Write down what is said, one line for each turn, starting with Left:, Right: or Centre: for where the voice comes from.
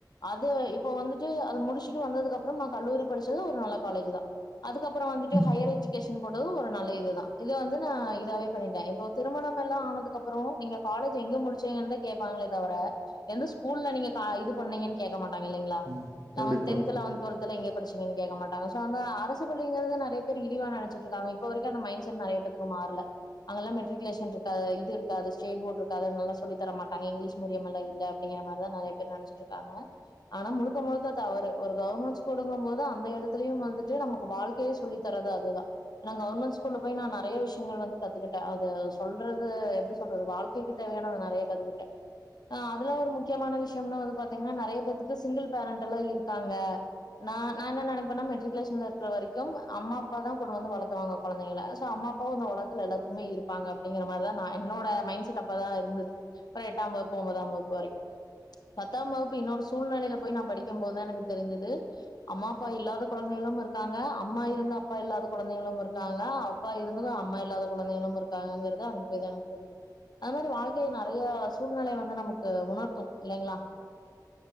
Left: அது இப்ப வந்துட் டு அது முடிச்சுட்டு வந்ததுக்கு அப்புறம் நா கல்லூரி படிச்சது ஒரு நல்ல காலேஜுதா அதுக்கப்புறோ வந்துட்டு
Right: ம்
Left: ஹையர் எஜுகேஷ ன் போட்டது ஒரு நல்ல இதுதா இதே வந்து நா இ தாவே பண்ணிட்டே. இப்ப திருமணம் எல்லா ஆனதுக்கு அப்புறமு நீங்க காலேஜ் எங்க முடிச்சங்கன்னுதா கேப்பாங்களே தவிர எந்த ஸ்கூல்ல நீங்க கா இது பண்ணீங்கன்னு கேக்க மா ட்டாங்க இல்லைங்களா
Right: ம்
Left: நா
Right: கண்டிப்பா
Left: வந்து டென்த் லெவன்த் டுவெல் த்தல்லா எங்க படிச்சீங்கன்னு கேக்க மாட்டாங்க. சோ அந்த அரசு பள்ளிங்கறது நெறைய பேர் இழிவா நெனச்சிட்டு இருக்காங்க. இப்ப வரைக்கு அந்த மைண்ட் செட் நெறைய பேத்துக்கு மாறல. அதல்லா மெட்ரிகுலேஷன் இருக்காது இது இருக்காது ஸ்டேட் போர்டு இருக்காது நல்லா சொல்லித் தர மாட்டாங்க. இங்கிலீஷ் மீடியம் எல்லா இல்ல அப்டிங்கிற மாரிதா நெறைய பேர் நெனைச்சிட்ருக்காங்க. ஆனா முழுக்க முழுக்க தவறு. ஒரு கவர்மெண்ட் ஸ்கூலுங்கும் போது அந்த எடத்துலயு வந்துட்டு நமக்கு வாழ்க்கைய சொல்லி தர்றது அதுதா. ஏன்னா கவர்மெண்ட் ஸ்கூல்ல போய் நா நெறைய விஷயங்கள் வந்து கத்துக்கிட்டே அது சொல்றது எப்டி சொல்றது வாழ்க்கைக்கு தேவையானத நெறைய கத்துக்கிட்டே. ஆ அதுல ஒரு முக்கியமான விஷயம்னா வந்து பாத்தீங்கன்னா நெறைய பேத்துக்கு சிங்கிள் பேரண்ட் எல்லா இருக்காங்க. நா நா என்ன நெனைப்பேன்னா மெட்ரிகுலேஷன்ல இருக்கறவரைக்கும் அம்மா அப்பாதா கொண்டு வந்து வளத்துவாங்க கொழந்தைகள சோ அம்மா அப்பாவ இந்த உலக த்துல எல்லாத்துக்குமே இருப்பாங்க அப்டிங்கற மாரிதா நா என்னோட மைண்ட் செட் அப்பல்லா இருந்துது ஒரு எட்டாம் வகுப்பு ஒம்பதாம் வகுப்பு வரைக்கு. பத்தாம் வகுப்பு இன்னொரு சூழ்நிலையல போய் நா படிக்கும் போதுதா எனக்கு தெரிஞ்சுது அம்மா அப்பா இல்லாத குழைந்தைகளும் இருக்காங்க அம்மா இருந்து அப்பா இல்லாத குழந்தைகளும் இருக்காங்க அப்பா இருந்தும் அம்மா இல்லாத குழந்தைகளும் இருக்காங்கங்கறத அங்க போய்தா எனக்கு புரிஞ்சது. அது மாரி வாழ்க்கை நெறைய சூழ்நிலைய வந்து நமக்கு உணர்த்து இல்லைங்களா?